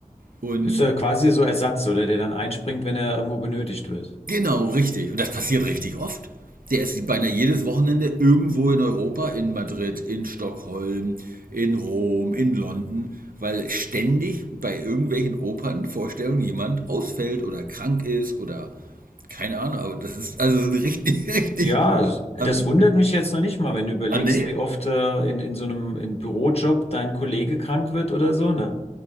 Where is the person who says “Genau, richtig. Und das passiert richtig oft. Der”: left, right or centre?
Right